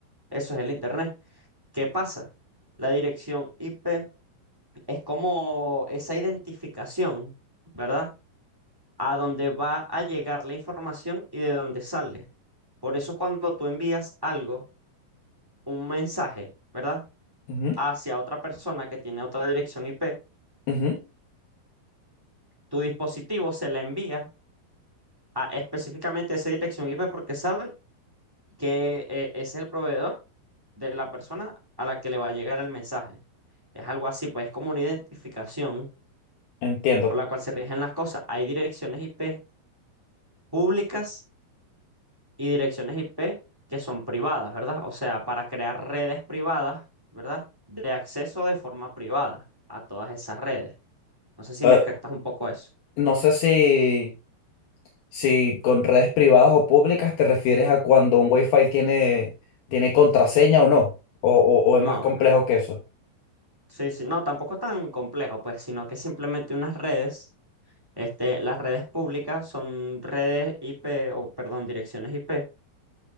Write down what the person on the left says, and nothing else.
ujú,
ujú.
Entiendo.
Eh,
no sé si, si con redes privadas o públicas te refieres a cuando un Wi-Fi tiene, tiene contraseña o no, o, o- o
es más complejo
que eso.